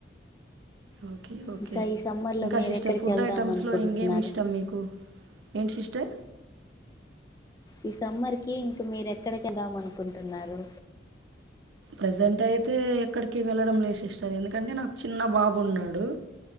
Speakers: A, on the right; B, on the left.
A: ఓకే ఓకే
B: ఇంకా ఈ సమ్మర్ లో
A: ఇంకా
B: మీరు
A: సిస్టర్
B: ఎక్కడికి
A: ఫుడ్
B: వెళ్దాం
A: ఐటమ్స్లో
B: అనుకుంటున్నారు
A: ఇంకేమిష్టం మీకు ఏంటి సిస్ టె
B: ఈ సమ్మర్ కి ఇంక మీరు ఎక్కడి కెల్దా మనుకుంటున్నారు
A: ప్రజెంట్ అయితే ఎక్కడికి వెళ్ళడం లేదు సిస్టర్ ఎందుకంటే నాకు చిన్న బాబున్నాడు